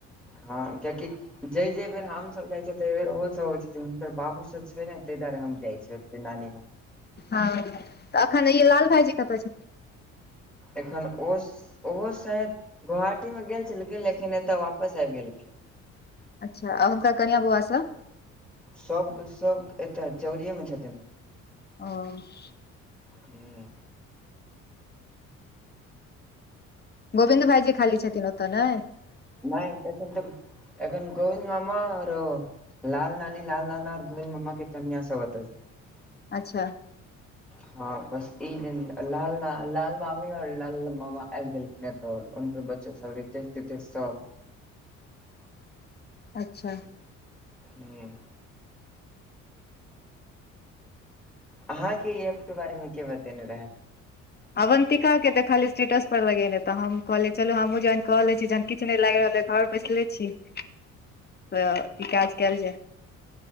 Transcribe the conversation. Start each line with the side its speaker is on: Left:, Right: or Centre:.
Centre: हँ किये की जै जै बेर हम सब जाइ छियै तहि बेर ओहो सब अबै छथिन हुनकर बाबू सब छै ने तहि दुआरे हम जाइ छियै ओतै नानी गांम।
Left: हँ तऽ अखन ई लाल भाइजी कतय छै
Centre: एखन ओ ओहो शायद गोहाटी मे गेल छलखिन लेकिन एतऽ वापस आबि गेलखिन
Left: अच्छा आ हुनका कनिया बौआ सब
Centre: सब के सब एतऽ चौरीेये मे छथिन
Left: ह
Centre: हू
Left: गोविन्द भाइजी खाली छथिन ओतऽ नै
Centre: नहि एखन तऽ एखन गोविन्द मामा औरो लाल नानी लाल नाना आर गोविन्द मामा के कनिया सब एतै
Left: अच्छऽ
Centre: हँ बस एक दिन ल लाल-लाल मामी आओर लाल मामा आबि गेलखिन एतऽ उनकर बच्चो सब रितेश तितेश सब
Left: अच्छाऽ
Centre: हॅं अहाँंके ई ऐप के बारे में के बतेने रहय
Left: अवन्तिका के देखलियै स्टेटस पर लगेने तऽ हम कहलिय चलू हमहूँ ज्वाइन कऽ लै छी किछु नहि लागि रहल अइ घर बैसले छी तऽ ई काज कय लै छी।